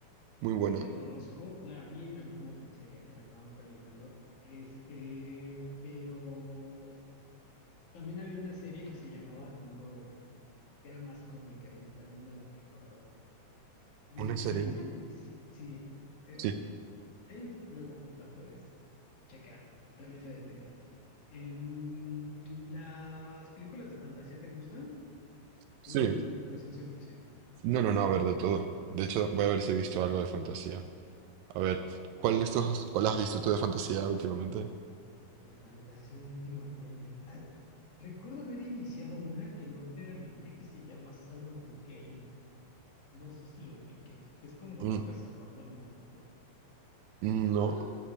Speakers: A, on the right; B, on the left.
A: muy buena.
B: Sí la conozco, la vi en alguna pizzería que la estaban proyectando, este, pero también había una serie que se llamaba Tomorrowland, que era más cómica y también me la recordaste. Mm,
A: Una serie.
B: en ciencia ficción, sí. eh,
A: Sí,
B: ahí luego la puedes checar y tal vez sea de tu interés. Em, ¿las películas de fantasía te gustan
A: sí.
B: o eres más de pura ciencia ficción?
A: No, no, no, a ver, de todo. De hecho, voy a ver si he visto algo de fantasía. A ver, ¿cuál de estos, cuál has visto tú de fantasía últimamente?
B: de fantasía últimamente. Ah, recuerdo haber iniciado una que no terminé, que se llama Salomon Kane. No sé si lo ubiques, que es como
A: Mm,
B: de un cazador de monstruos.
A: No.
B: Está,